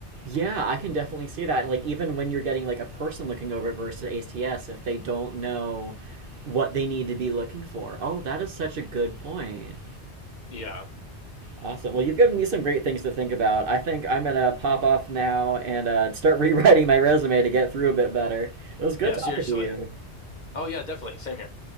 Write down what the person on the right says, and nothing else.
Yeah, I can definitely see that. And like even when you're getting like a person looking over it versus ATS, if they don't know what they need to be looking for. Oh, that is such a good point.
Awesome. Well, you've given me some great things to think about. I think I'm gonna pop off now and uh, start <laughs> rewriting my resume to get through a bit better. It was good
talking
to you.